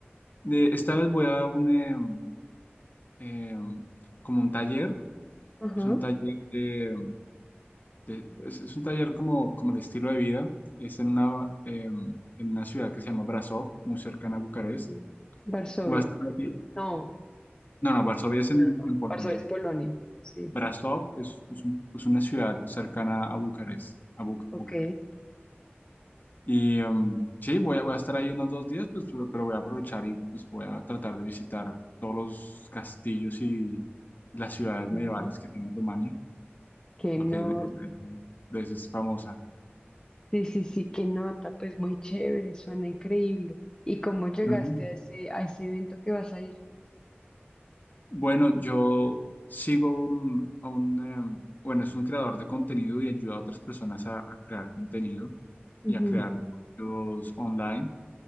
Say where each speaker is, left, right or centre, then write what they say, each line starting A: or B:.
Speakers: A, on the left; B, on the left.
A: De- esta vez voy a un, em, em, como un taller,
B: Ajá.
A: es un taller de, de- es, es un taller como, como de estilo de vida, es en una, em, en una ciudad que se llama Brasov, muy cercana a Bucarest.
B: Sí. Varsovia.
A: Voy a estar ahí-
B: No,
A: no, no, Varsovia es
B: no,
A: en
B: no, no.
A: en Polonia.
B: Varsovia es Polonia, sí.
A: Brasov es, es un- es una ciudad cercana a Bucarest, a Bu- Bucarest.
B: Ok.
A: Y em, sí, voy a, voy a estar ahí unos dos días, pues, pero pero voy a aprovechar y pues, voy a tratar de visitar todos los castillos y las ciudades
B: Mm,
A: medievales que tiene Rumania,
B: Que
A: porque
B: no.
A: de, de- de eso es famosa.
B: Sí, sí, sí, qué nota, pues muy chévere, suena increíble. ¿Y cómo llegaste
A: Ujú.
B: a ese, a ese evento que vas a ir?
A: Bueno, yo sigo un, a un, em, bueno, es un creador de contenido y ayuda a otras personas a, a crear contenido
B: Ujú,
A: y a crear negocios online.